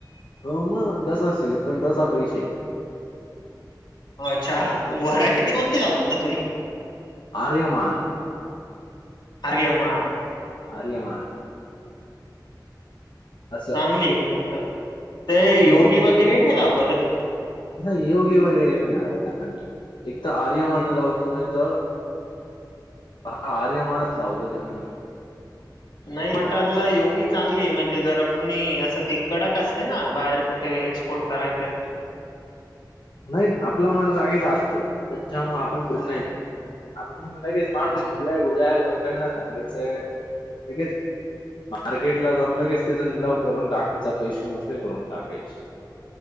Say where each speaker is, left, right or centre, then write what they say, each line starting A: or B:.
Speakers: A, on the left; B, on the left.
A: हो मग जसा सिझन तसा पैसे
B: हो अच्छा व्हरायटी कोणती लावता तुम्ही
A: आरयमान
B: अरेयमान
A: आर्यमान असं
B: चांगली मग ते
A: हम्म
B: योगी वगैरे नाही लावत त
A: नाही योगी वगैरे नाही लावत आम्ही एक तर आर्यमान
B: तुम्ही?
A: लावतो न त हा आर्या <unintelligible> लाव <unintelligible>
B: नाही मटरला योगी चांगली म्हणजे जरा कुणी असं ती कडक असते ना बाहेर कुठे एक्सपोर्ट करायची असते.
A: नाही ना आपला मला जागीचा असतो त्याच्यामुळ आपण बो
B: अ-
A: <unintelligible> लगेच <unintelligible>
B: अच्छा
A: लोकांना सांगायचंय लगेच मार्केट ला जाऊ लगेच त्याचा निलाव करून टाकायचा पैसा मोकळे करून टाकायचे